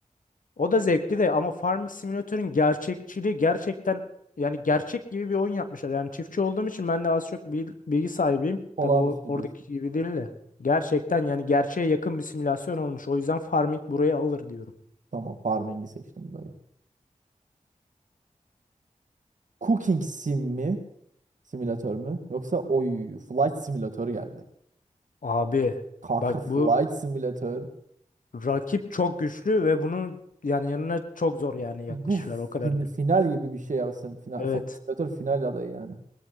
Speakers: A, on the left; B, on the right.
A: O da zevkli de ama Farming Simulator'ın gerçekçiliği gerçekten yani gerçek gibi bir oyun yapmışlar. Yani çiftçi olduğum için ben de az çok bil- bilgi sahibiyim.
B: Olağanüstü
A: Tabii o, oradaki
B: diyorsun.
A: gibi değil de. Gerçekten yani gerçeğe yakın bir simülasyon olmuş. O yüzden Farming buraya alır diyorum.
B: Tamam farming'i seçtim böyle. Cooking sim mi? Simülatör mü? Yoksa oy flight simülatör geldi.
A: Abi
B: Kanka
A: bak
B: <laughs> flight
A: bu
B: simülatör.
A: Rakip çok güçlü ve bunun yani yanına çok zor yani yaklaşırlar
B: Bu
A: o kadardır.
B: fin- final gibi bir şey ya. Sim- Final,
A: Evet.
B: flight simülatör final adayı yani.